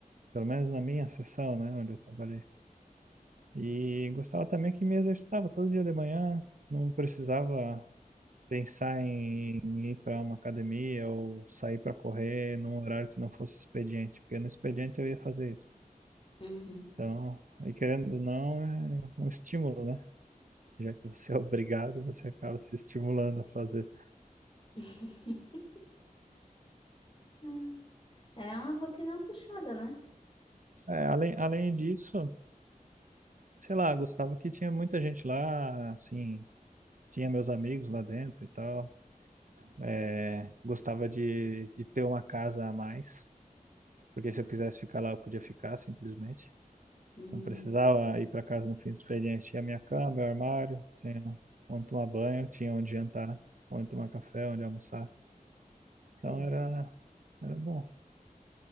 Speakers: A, on the right; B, on the left.
A: pelo menos na minha seção, né, onde eu trabalhei. E gostava também que me exercitava todo dia de manhã, não precisava pensar em ir para uma academia ou sair para correr num horário que não fosse expediente, porque no expediente eu ia fazer isso.
B: Uhum.
A: Então, e querendo ou não, é um estímulo, né? Já que você é <laughs> obrigado, você acaba se estimulando a fazer.
B: <laughs> Ah, É uma rotina puxada, né?
A: É, além, além disso, sei lá, gostava que tinha muita gente lá, assim, tinha meus amigos lá dentro e tal. É, gostava de, de ter uma casa a mais, porque se eu quisesse ficar lá, eu podia ficar simplesmente.
B: Hum,
A: Não precisava ir para casa no fim do expediente. Tinha minha cama, meu armário, tinha onde tomar banho, tinha onde jantar, onde tomar café, onde almoçar.
B: sei.
A: Então era, era bom.